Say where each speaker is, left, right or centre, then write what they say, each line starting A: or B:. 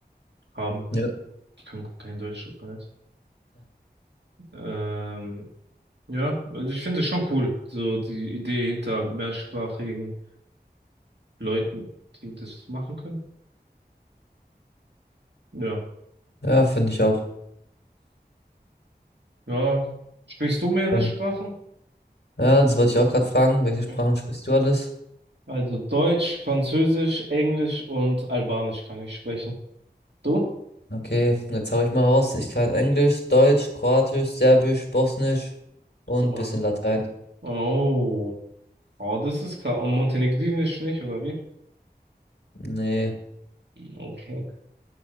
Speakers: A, on the right; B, on the left.
A: haben.
B: Ja.
A: Ich kann kein Deutsch, tut mir leid. Ähm, ja, also ich finde es schon cool, so die Idee hinter mehrsprachigen Leuten, die das machen können. Ja.
B: ja, finde ich auch.
A: Ja. Sprichst du mehrere
B: Ja,
A: Sprachen?
B: Ja, das wollte ich auch gerade fragen. Welche Sprachen
A: Hm.
B: sprichst du alles?
A: Also Deutsch, Französisch, Englisch und Albanisch kann ich sprechen. Du?
B: Okay, jetzt hau ich mal raus. Ich kann Englisch, Deutsch, Kroatisch, Serbisch, Bosnisch und
A: Oh.
B: bisschen Latein.
A: Oh, oh, das ist klar. Und Montenegrinisch nicht, oder wie?
B: Nee,
A: Okay.